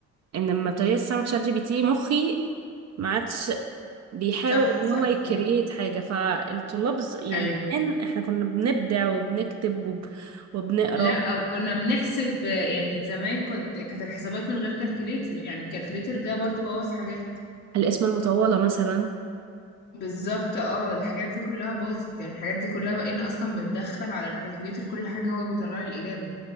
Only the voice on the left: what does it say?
صح
صح
صح
ايوه
لا او كنا بنحسب يعني زمان كنت كانت الحسابات من غير كالكوليتر يعني الكالكوليتر جه برضو بوظ حاجات
بالظبط اه الحاجات دي كلها باظت يعني الحاجات دي كلها بقينا اصلا بندخل على الكالكوليتر كل حاجه هو بيطلع لي الاجابه